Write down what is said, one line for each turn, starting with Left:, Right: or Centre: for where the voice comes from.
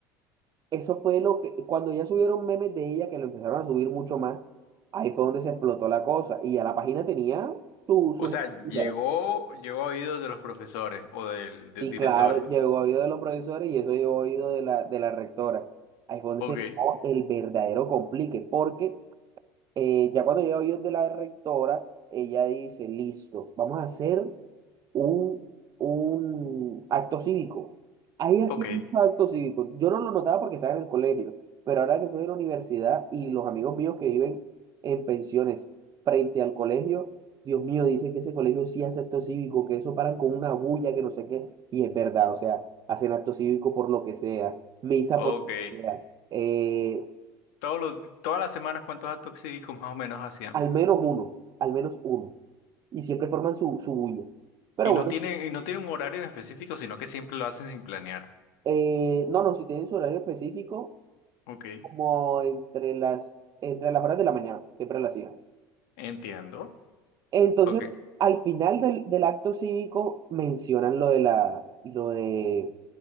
Right: Eso fue lo que, cuando ya subieron memes de ella, que lo empezaron a subir mucho más, ahí fue donde se explotó la cosa. Y ya la página tenía su,
Left: O
Right: sus
Left: sea,
Right: estrellitas.
Left: llegó, llegó a oídos de los profesores o del, de
Right: Sí,
Left: los directores.
Right: claro, llegó a oído de los profesores y eso llegó a oído de la, de la rectora. Ahí fue donde
Left: Ok,
Right: se formó el verdadero complique, porque eh, ya cuando llegó a oído de la rectora, ella dice, listo, vamos a hacer un, un acto cívico. Ahí hacía
Left: ok,
Right: muchos actos cívicos. Yo no lo notaba porque estaba en el colegio, pero ahora que estoy en la universidad y los amigos míos que viven en pensiones frente al colegio, Dios mío, dicen que ese colegio sí hace acto cívico, que eso paran con una bulla, que no sé qué, y es verdad, o sea, hacen acto cívico por lo que sea, misa
Left: ok.
Right: por lo que sea, eh,
Left: Todos los- todas las semanas, ¿cuántos actos cívicos más o menos hacían?
Right: al menos uno, al menos uno, y siempre forman su, su bulla. Pero
Left: Y no
Right: bueno.
Left: tienen, y no tienen un horario en específico, sino que siempre lo hacen sin planear.
Right: Eh, no, no, si tienen su horario específico,
Left: Ok,
Right: como entre las, entre las horas de la mañana, siempre lo hacían.
Left: entiendo.
Right: Entonces,
Left: Ok.
Right: al final del, del acto cívico mencionan lo de la, lo de,